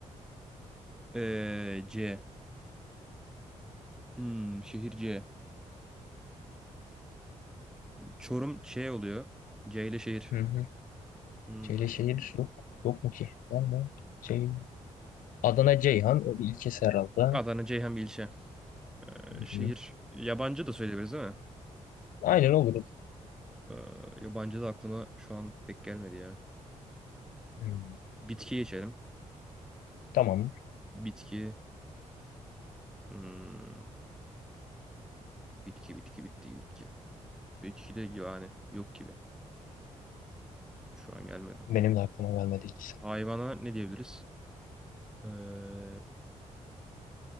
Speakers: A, in the centre; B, on the left.
A: eee, C. Hmm, şehir C. Çorum Ç oluyor. C ile şehir.
B: Hı hı.
A: Hmm,
B: C ile şehir yok. Yok mu ki? Var mı? C. Adana Ceyhan. O bir ilçesi herhalde.
A: Adana Ceyhan bir ilçe. Eee,
B: Hı
A: şehir
B: hı.
A: yabancı da söyleyebiliriz değil mi?
B: Aynen olur.
A: Eee, yabancı da aklıma şu an pek gelmedi ya.
B: Hı.
A: Bitki geçelim.
B: Tamam.
A: Bitki. Hmm, bitki bitki bitki bitki. Bitki de yani yok gibi. Şu an gelmedi.
B: Benim de aklıma gelmedi hiç.
A: Hayvana ne diyebiliriz? Eee,